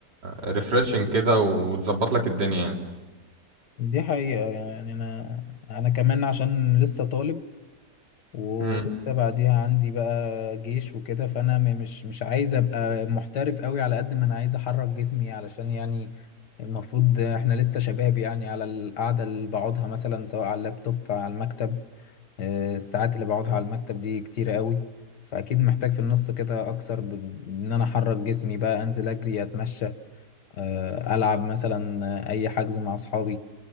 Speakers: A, on the right; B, on the left.
A: ريفريشنج كده وتظبط لك الدنيا يعني
B: دي حقيقة يعني أنا أنا كمان عشان لسه طالب ولسه
A: امم
B: بعديها عندي بقى جيش وكده فأنا م- مش مش عايز أبقى محترف قوي على قد ما أنا عايز أحرك جسمي علشان يعني المفروض إحنا لسه شباب يعني على القعدة اللي بقعدها مثلا سواء على اللابتوب أو على المكتب آه، الساعات اللي بقعدها على المكتب دي كتيرة قوي فأكيد محتاج في النص كده أكثر بإن أنا أحرك جسمي بقى أنزل أجري أتمشى آه، ألعب مثلا آه، أي حجز مع أصحابي